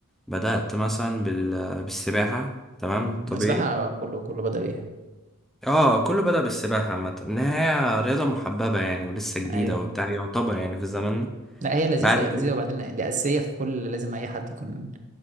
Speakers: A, in the centre; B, on the right (about 35°).
A: بدأت مثلا بال... بالسباحة تمام
B: امم
A: طبيعي
B: السباحه كله كله بدأ يعني
A: اه كله بدأ بالسباحة عامة ان هي رياضة محببة يعني ولسه جديدة
B: ايوه
A: وبتاع يعتبر يعني في زماننا
B: لا هي لذيذة
A: بعد
B: هي لذيذة
A: كده
B: وبعدين دي أساسية في كل لازم أي حد يكون